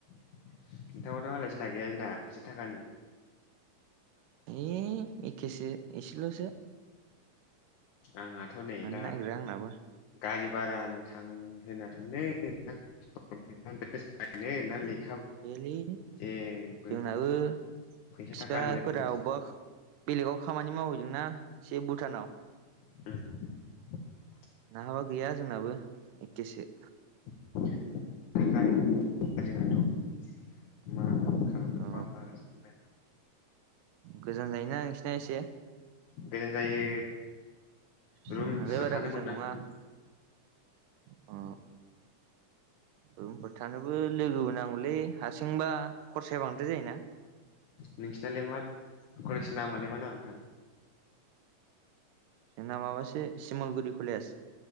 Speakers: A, on the left; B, on the right.
A: <unintelligible> मालाय सिन्था गैया <unintelligible> फैसा थाखानि
B: ए एखेसो एसेलसो
A: आंहाथ नै
B: मोननो
A: दा
B: नागिरा आंनाबो
A: गारि भारानो थां होना ना <unintelligible>
B: देलै
A: जेबो
B: जोंनाबो
A: फैसा
B: बिफाफोरा
A: थाखानिनो टेनसनथार
B: अबबा बेलेगाव खामानि मावहैदोंना एसे भुटानाव
A: ओम
B: नङाबा गैया जोंनाबो एखेसो
A: <unintelligible> जोंनाथ मा खालामगोन मा मागोनसो मोनबाय
B: औ
A: आं
B: गोजान जायोना नोंसिना एसे
A: गोजान जायो रुमसो
B: जोंनालाय बारा
A: थानो
B: गोजान
A: मोननांगोमोन
B: नङा अ रुमफोर थानोबो लोगोबो नांगौलै हारसिंबा खरसाया बांद्राय जायोना
A: नोंसिनालाय मा कलेजनि नामआलाय मा नाम नोंथां
B: जोंना माबासो सिमलगुरि खलेस